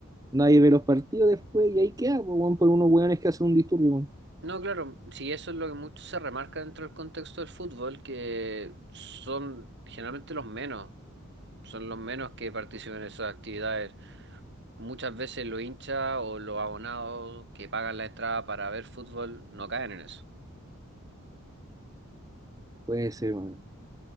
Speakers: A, on the right (about 15°); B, on the right (about 50°).
A: Nadie ve los partidos después y ahí queda, po, weón, por unos weones que hacen un disturbio, weón.
B: No, claro, sí, eso es lo que mucho se remarca dentro del contexto del fútbol, que son generalmente los menos, son los menos que participan en esas actividades. Muchas veces los hinchas o los abonados que pagan la entrada para ver fútbol no caen en eso.
A: Puede ser, weón.